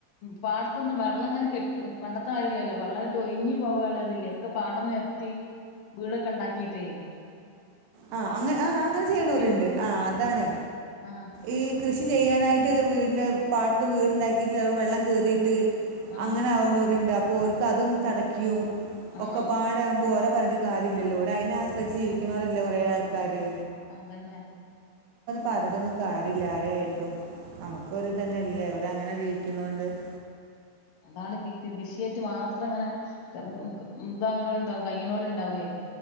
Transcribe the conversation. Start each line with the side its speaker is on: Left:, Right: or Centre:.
Left: പാട് ത്തൊന്നും വെള്ളം ഇങ്ങനെ കെട്ട പണ്ടത്തെ ല്ലല്ലോ വള്ളങ്ങട്ട് ഒയ്ഞ് പോവള്ളതില്ലേ ഒക്കെ പാടം നെര്ത്തി വീടൊക്കെ ണ്ടാക്കിട്ടേ
Right: ആ അ ആ അങ്ങനെ ചെയ്യണ്ടോല്‌ണ്ട്
Left: നിക്ക
Right: ആ അതാണ്
Left: ആ
Right: ഈ കൃഷി കൃഷി ചെയ്യാനായിട്ട് വീടിൻ്റെ പാട്ത്ത് വീടുണ്ടാക്കിയിട്ട് ചില വെള്ളം കേറിയിട്ട്
Left: ആ
Right: അങ്ങനെ ആവ്ണോരുണ്ട് അപ്പൊ അവര്ക്ക് അതൊന്ന് തടക്കും
Left: ആ
Right: ഒക്കെ പാടാകുമ്പോ ഓര പറഞ്ഞിട്ട് കാര്യല്ലല്ലോര് അതിനെ ആശ്രയിച്ച് ജീവിക്കണവരല്ലേ കൊറേ ആൾക്കാര്
Left: അതന്നെ
Right: പറഞ്ഞിട്ടൊന്നും കാര്യമില്ല ആരെയായിട്ടും നമുക്ക് ഒരു തന്നെയല്ലേ അവരങ്ങനെ ജീവിക്കുന്നൊണ്ട് <inaudible>
Left: അതാണ് കൃഷിയായിട്ട് മാത്രംങ്ങനെ ഉ താ ണ്ടാവും കയ്യ്ണോല് ണ്ടാവേ